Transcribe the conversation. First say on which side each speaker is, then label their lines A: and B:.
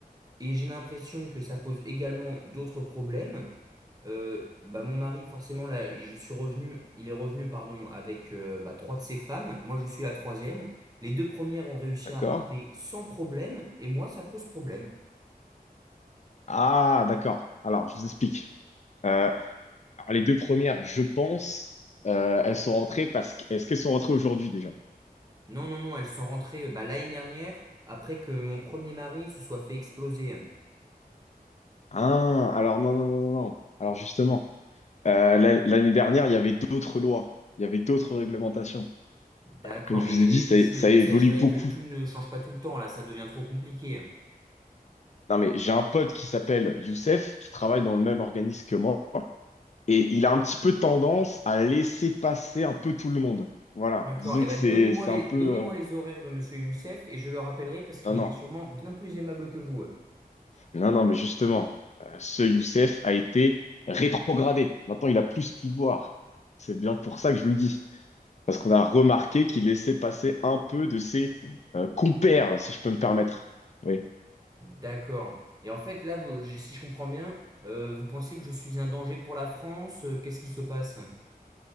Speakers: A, on the right (about 25°); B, on the left (about 45°).
A: et j'ai l'impression que ça pose également d'autres problèmes. Euh, bah mon mari forcément là il- je suis revenu il est revenu pardon avec euh, bah, trois de ses femmes moi je suis la troisième les deux premières ont réussi
B: D'accord?
A: à rentrer sans problème et moi ça pose problème
B: Ah, d'accord. Alors, je vous explique. Euh, alors, les deux premières, je pense, euh, elles sont rentrées parce que... Est-ce qu'elles sont rentrées aujourd'hui déjà?
A: non non non elles sont rentrées euh, bah, l'année dernière après que mon premier mari se soit fait exploser
B: Ah, alors non, non, non, non. Alors justement, euh, l'a- l'année dernière, il y avait d'autres lois, il y avait d'autres réglementations.
A: d'accord
B: Comme je
A: mais
B: vous
A: eh,
B: ai dit, ça,
A: monsieur
B: ça évolue
A: il s'agirait
B: beaucoup.
A: que tout ne change pas tout le temps là ça devient trop compliqué
B: Non, mais j'ai un pote qui s'appelle Youssef, qui travaille dans le même organisme que moi, et il a un petit peu tendance à laisser passer un peu tout le monde. Voilà,
A: d'accord
B: disons
A: et
B: que
A: ben
B: c'est
A: donnez-moi
B: c'est
A: les
B: un peu...
A: donnez-moi
B: euh,
A: les horaires de monsieur Youssef et je le rappellerai parce qu'il
B: Non, non.
A: est sûrement bien plus aimable que vous
B: Non, non, mais justement, euh, ce Youssef a été rétrogradé. Maintenant, il a plus de pouvoir. C'est bien pour ça que je vous le dis. Parce qu'on a remarqué qu'il laissait passer un peu de ses euh, compères, si je peux me permettre. Oui.
A: D'accord. Et en fait, là, vous- si je comprends bien, euh, vous pensez que je suis un danger pour la France? euh, Qu'est-ce qui se passe?